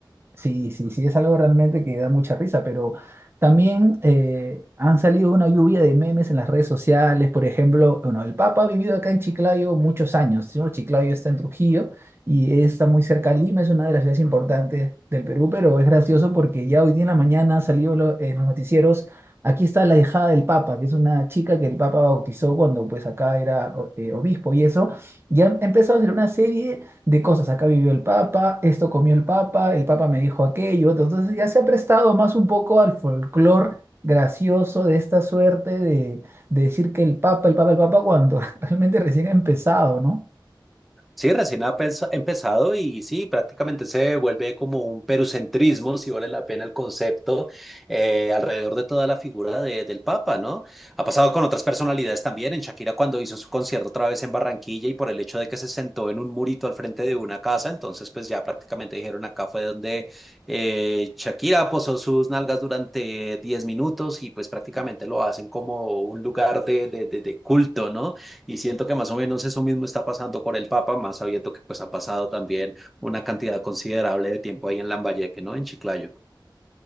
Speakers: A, on the right; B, in the centre.
A: Sí, sí, sí, es algo realmente que da mucha risa, pero también eh, han salido una lluvia de memes en las redes sociales, por ejemplo, bueno, el Papa ha vivido acá en Chiclayo muchos años, ¿no? Chiclayo está en Trujillo y está muy cerca de Lima, es una de las ciudades importantes del Perú, pero es gracioso porque ya hoy día en la mañana salió lo- en los noticieros, aquí está la hijada del Papa, que es una chica que el Papa bautizó cuando pues acá era o- eh, obispo y eso, ya han empezado a hacer una serie de cosas. Acá vivió el Papa, esto comió el Papa, el Papa me dijo aquello. otro. Entonces ya se ha prestado más un poco al folclore gracioso de esta suerte de, de decir que el Papa, el Papa, el Papa, cuando <laughs> realmente recién ha empezado, ¿no?
B: Sí, recién ha pens- empezado y sí, prácticamente se vuelve como un perucentrismo, si vale la pena el concepto, eh, alrededor de toda la figura de- del Papa, ¿no? Ha pasado con otras personalidades también, en Shakira cuando hizo su concierto otra vez en Barranquilla y por el hecho de que se sentó en un murito al frente de una casa, entonces pues ya prácticamente dijeron acá fue donde eh, Shakira posó sus nalgas durante 10 minutos y pues prácticamente lo hacen como un lugar de, de de- de culto, ¿no? Y siento que más o menos eso mismo está pasando con el Papa, más sabiendo que pues ha pasado también una cantidad considerable de tiempo ahí en Lambayeque, ¿no? En Chiclayo.